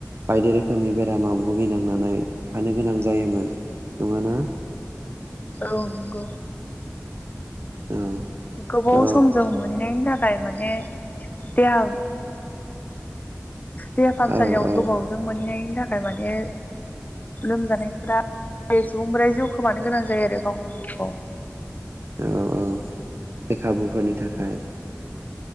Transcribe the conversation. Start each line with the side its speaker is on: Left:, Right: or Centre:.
Right: बायदि रोखोमनि बेरामाव भुगिनांनानै थानो गोनां जायोमोन नङा ना?
Left: औ नंगौ।
Right: औ
Left: गोबाव
Right: थ' औ
Left: समजों मोनहैनायनि थाख खाय माने देहा देहा फाहामसालियाव
Right: औ
Left: गोबावजों मोनहैनाय थाखाय माने लोमजानायफोरा सुबुंफोरा जिउ खोमानो गोनां जायो आरो गावनि जिउखौ।
Right: औ औ। बेखाबुफोरनि थाखाय।